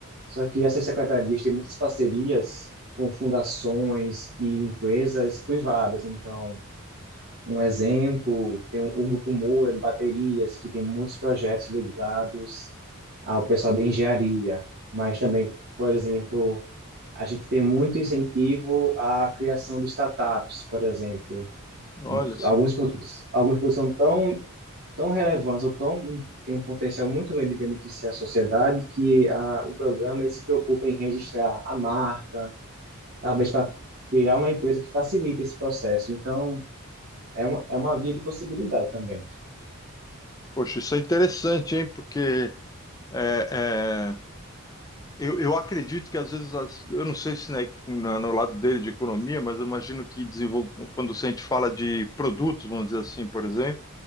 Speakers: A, on the right; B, on the left.
A: Só que essas secretarias têm muitas parcerias com fundações e empresas privadas. Então, um exemplo, tem o Grupo Moura de baterias, que tem muitos projetos ligados ao pessoal de engenharia, mas também, por exemplo, a gente tem muito incentivo à criação de startups, por exemplo.
B: Olha, só.
A: Alguns produtos, alguns produtos são tão, tão relevantes ou tão, têm um potencial muito grande de beneficiar a sociedade que a, o programa ele se preocupa em registrar a marca, talvez para criar uma empresa que facilite esse processo. Então, é uma, é uma via de possibilidade também.
B: poxa, isso é interessante, hein? Porque é, é, Eu, eu acredito que às vezes, as- eu não sei se né, na- no lado dele de economia, mas eu imagino que desenvol- quando a gente fala de produtos, vamos dizer assim, por exemplo.